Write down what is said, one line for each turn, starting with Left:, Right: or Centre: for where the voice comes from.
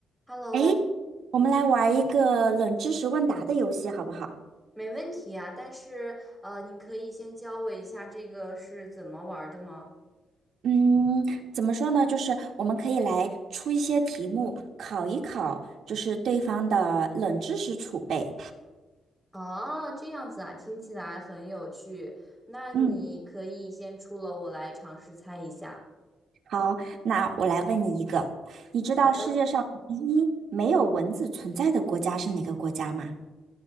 Centre: Hello，
Right: 诶，我们来玩一个冷知识问答的游戏，好不好？
Centre: 没问题啊，但是呃，你可以先教我一下这个是怎么玩儿的吗？
Right: 嗯，怎么说呢？就是我们可以来出一些题目，考一考，就是对方的冷知识储备。
Centre: 啊，这样子啊，听起来很有趣。那你可以先出了，
Right: 嗯，
Centre: 我来尝试猜一下。
Right: 好，那我来问你一个，你知道世界上唯一没有蚊子存在的国家是哪个国家吗？
Centre: 好的，